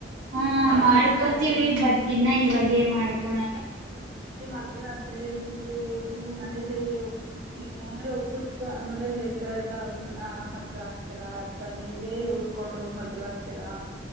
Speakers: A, on the right; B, on the right.
A: ಹಾ
B: ಮುಂದೆ
A: ಮಾಡ್ಕೋತೀವಿ
B: ಮದ್ ಮದ್ವೆ
A: ಬಟ್ ಇನ್ನ ಇವಗ್ ಗೆ ಮಾಡ್ಕೊಣಲ್ಲ.
B: ಅದೇ ಮದ್ವೆ ಆದ್ರೆ ನೀವು ನಿಮ್ಮ ಮನೆಯಲ್ಲಿ ಹುಟ್ಟಿ ಅಂದ್ರೆ ಒಪ್ಪಸತ್ತಾ ಮನೇಲಿ ಹೇಳ್ತಾರಲ್ವಾ ಅವ್ನ್ ಆ ಮದ್ವೆ ಆಗ್ಕ್ತಾರಾ ಅಥವಾ ನೀವೇ ಹುಡ್ಕೊಂಡು ಹೋಗಿ ಮದ್ವೆ ಆಗ್ತೀರಾ,